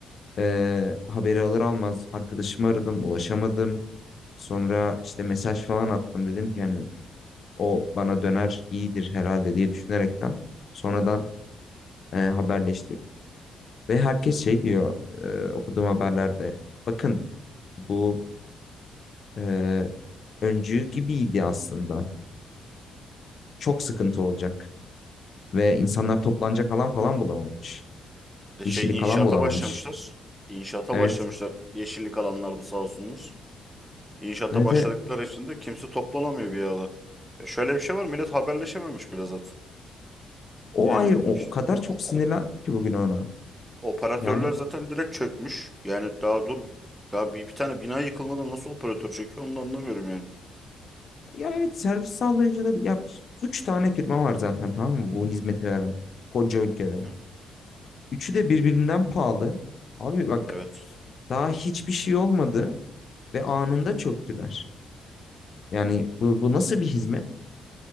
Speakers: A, on the left (about 50°); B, in the centre.
A: e, haberi alır almaz arkadaşımı aradım, ulaşamadım. Sonra işte mesaj falan attım dedim ki yani o bana döner iyidir herhalde diye düşünerekten sonradan e, haberleştik. Ve herkes şey diyor e, okuduğum haberlerde. Bakın bu e, öncü gibiydi aslında. Çok sıkıntı olacak. Ve insanlar toplanacak alan falan bulamamış.
B: De
A: Yeşillik
B: şey inşaata
A: alan bulamamış.
B: başlamışlar. İnşaata
A: Evet.
B: başlamışlar. Yeşillik alanlarda sağ olsunlar. İnşaata
A: Evet.
B: başladıkları
A: evet.
B: için de kimse toplanamıyor bir yerde. E şöyle bir şey var millet haberleşememiş bile zaten.
A: O
B: Yani
A: ayrı. O,
B: ş-
A: o kadar çok
B: o-
A: sinirlendim
B: o-
A: ki bugün ona.
B: operatörler
A: Yani
B: zaten direkt çökmüş. Yani daha dur daha bir, bir tane bina yıkılmadan nasıl operatör çöküyor onu da anlamıyorum yani.
A: ya evet servis sağlayıcıları ya üç tane firma var zaten tamam mı? Bu hizmeti veren koca ülkede.
B: Hı hı.
A: Üçü de birbirinden pahalı. Abi bak
B: Evet.
A: daha hiçbir şey olmadı ve anında çöktüler. Yani bu, bu nasıl bir hizmet?